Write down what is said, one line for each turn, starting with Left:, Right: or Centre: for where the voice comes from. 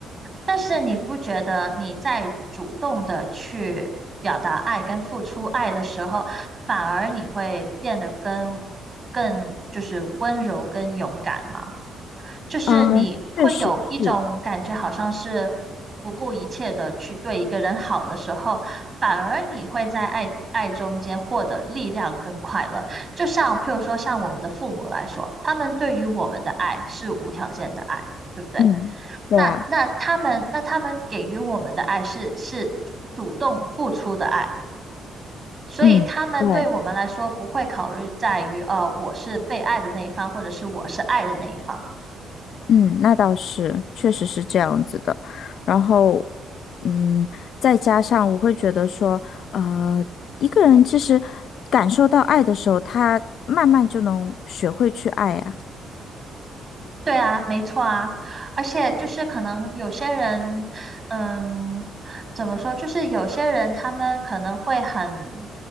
Right: 但是你不觉得你在主动的去表达爱跟付出爱的时候，反而你会变得跟更就是温柔跟勇敢吗？就是你会有一种感觉，
Left: 啊，确实是，
Right: 好像是不顾一切的去对一个人好的时候，反而你会在爱爱中间获得力量跟快乐。就像譬如说，像我们的父母来说，他们对于我们的爱是无条件的爱，对不对？
Left: 嗯，对啊，
Right: 那那他们那他们给予我们的爱是是主动付出的爱。所以他们对我们来说不会考虑在于，
Left: 嗯，对，
Right: 呃，我是被爱的那一方，或者是我是爱的那一方。
Left: 嗯，那倒是，确实是这样子的。然后，嗯，再加上我会觉得说，呃，一个人其实感受到爱的时候，他慢慢就能学会去爱呀。
Right: 对啊，没错啊，而且就是可能有些人，嗯，怎么说，就是有些人他们可能会很，